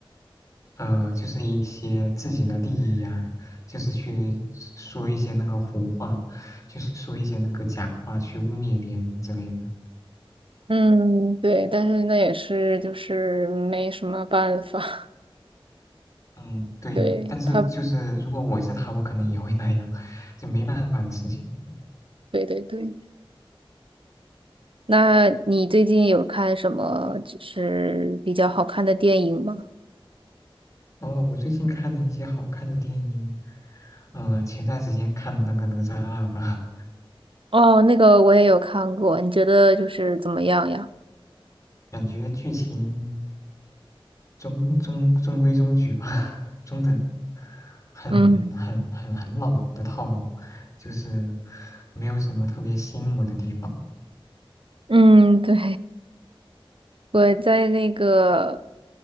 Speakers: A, on the left; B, on the right.
A: 呃，就是一些自己的利益呀、就是去说一些那个胡话，就是说一些那个假话，去污蔑别人之类的。
B: 嗯，对，但是那也是就是没什么办法。<laughs>
A: 嗯，对，
B: 对他，
A: 但是就是如果我是他，我可能也会那样，就没办法的事情。
B: 对对对。那你最近有看什么就是比较好看的电影吗？
A: 哦，我最近看了一些好看的电影，呃，前段时间看的那个《哪吒二》吧，
B: 哦，那个我也有看过，你觉得就是怎么样呀？
A: 感觉剧情中中中规中矩吧，<laughs> 中等，很很很很老的套路，
B: 嗯。
A: 就是没有什么特别吸引我的地方。
B: <laughs> 嗯，对，我在那个，